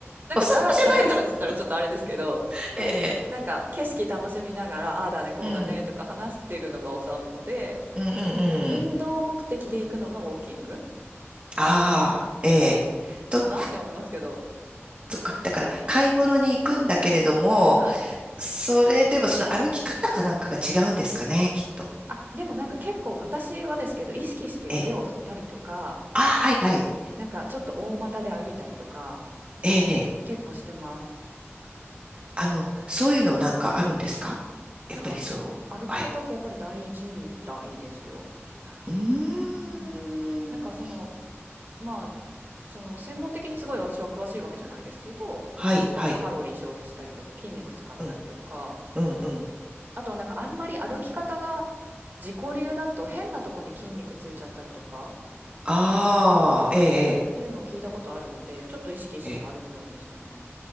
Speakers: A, on the right; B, on the right.
A: なんかだら、
B: お散歩じゃないです。
A: だらだらって言ったらちょっとあれですけど、
B: <laughs> ええ、
A: なんか景色楽しみながら、ああだね、こうだねとか話してるのがお散歩で、
B: うん、うん、うん、
A: 運動目的で行くのがウォーキング
B: うん。ああ、ええ。と、
A: かなって思いますけど。
B: そっか。だから、買い物に行くんだけれども、
A: はい。
B: それでもその歩き方かなんかが違うんですかね、きっと。
A: あ、でもなんか結構私はですけど、意識して腕を振ったりとか、
B: ええ。あ、はいはい。
A: なんかちょっと大股で歩いたりとか、
B: ええ。
A: 結構してま
B: あの、そういうのなんかあるんですかやっぱりそう。
A: す。なんか歩き方ってやっぱり大事みたいですよ。
B: はい。うーん。
A: うん。なんかそのまあその専門的にすごい私は詳しいわけじゃないですけどちょっとカロリー消費したりとか筋肉使ったりとか
B: はいはい。うん、うん、うん。
A: あとはなんかあんまり歩き方が自己流だと変なとこに筋肉ついちゃったりとかっ
B: ああ、ええ、
A: ていうのを聞いたことあるのでちょっと意識して歩くようにしてます。
B: ええ。ええ